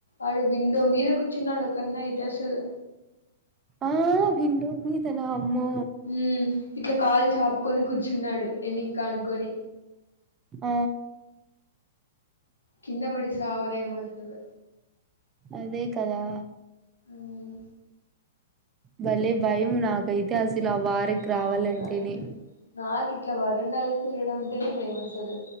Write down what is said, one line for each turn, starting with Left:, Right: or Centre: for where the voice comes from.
Left: ఆడా విండో మీద కూర్చున్నాడు ఒక అన్న అయితే అసలు
Right: ఆ విండో మీదనా అమ్మో
Left: ఉమ్ ఇట్లా కాలు చాపుకొని కూర్చున్నాడు వెన్నికి ఆనుకోని
Right: ఆ
Left: కింద పడిసావరేమో అసలు
Right: అదే కదా
Left: ఉమ్
Right: భలే భయం నాకైతే అసలు ఆ వారకి
Left: నాకు
Right: రావాలంటేనే
Left: అసలు నాకు ఇట్లా వరండాలో తిరగడం అంటేనే భయము అసలు